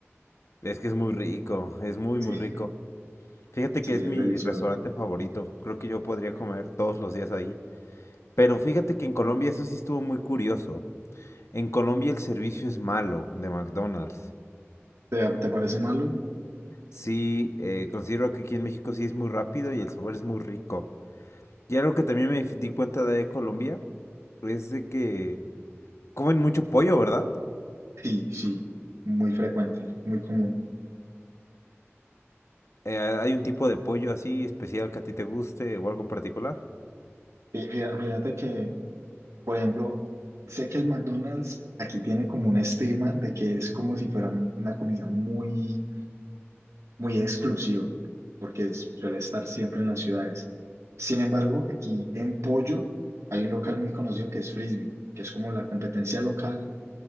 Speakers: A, on the left; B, on the right.
A: Es que es muy rico, es muy,
B: Sí,
A: muy rico. Fíjate
B: sí,
A: que es mi
B: es delicioso.
A: restaurante favorito. Creo que yo podría comer todos los días ahí. Pero fíjate que en Colombia eso sí estuvo muy curioso. En Colombia el servicio es malo de McDonald's.
B: ¿Te, te parece malo?
A: Sí, eh, considero que aquí en México sí es muy rápido y el sabor es muy rico. Y algo que también me di cuenta de Colombia es de que comen mucho pollo, ¿verdad?
B: Sí, sí, muy frecuente, muy común.
A: Eh, ¿hay un tipo de pollo así especial que a ti te guste o algo en particular?
B: Fí- fí- Fíjate que, por ejemplo, sé que el McDonald's aquí tiene como un estigma de que es como si fueran una comida muy muy exclusiva, porque es- suele estar siempre en las ciudades. Sin embargo, aquí en Pollo hay un local muy conocido que es Frisbee, que es como la competencia local